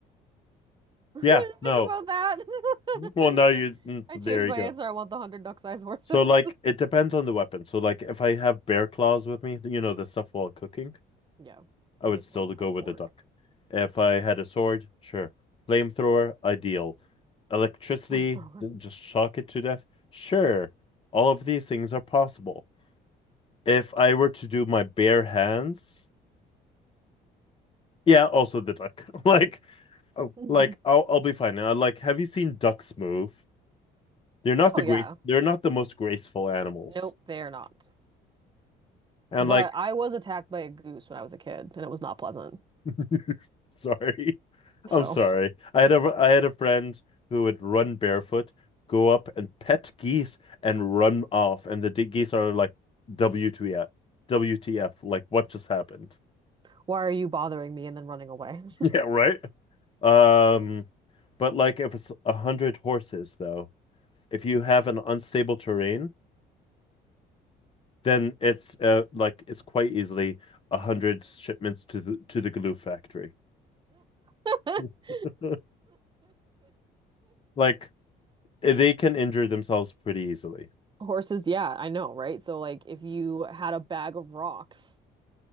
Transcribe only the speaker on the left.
Yeah, no.
Well, now you
mm,
so
there you
go.
So like
it depends on the weapon. So like if I have bear claws with me, you know, the stuff while cooking,
I would
still
go with
a duck. If I
had a sword, sure. Flamethrower, ideal. Electricity,
just shock it to death. Sure. All of these things are possible. If I were to do my bare hands, yeah, also the duck. <laughs> Like oh,
like I'll I'll be fine. I like have you seen ducks move? They're not
the grace.
They're not the most graceful animals.
And
like,
<laughs> sorry,
I'm sorry. I had a I had a friend who would run barefoot, go up and pet geese and run off, and the d- geese are like, WTF, WTF? Like, what just happened? <laughs>
Yeah, right. Um, but like, if it's a hundred horses though, if you have an unstable terrain, then it's uh like it's quite easily a hundred shipments to the to the glue factory.
<laughs> like they can injure themselves pretty easily.